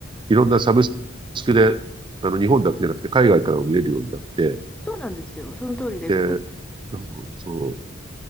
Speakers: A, on the right; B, in the centre.
A: いろんなサブスクで、あの、日本だけじゃなくて海外からも見れるようになって、
B: そうなんですよ、その通りで。
A: で、う
B: こ
A: んそう、